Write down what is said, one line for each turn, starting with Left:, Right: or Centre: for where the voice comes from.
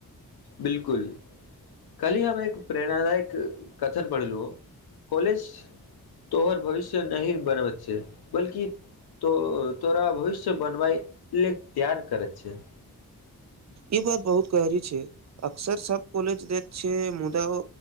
Left: बिलकुल कल्हि हम एक प्रेरणादायक कथन पढ़लहुँ कॉलेज तोहर भविष्य नहि बनबेय छैय बल्कि त तोरा भविष्य बनबैय ल त्यार करैत छै
Right: ई बात बहुत गहरी छै अक्सर सब कॉलज दैत छै मुदा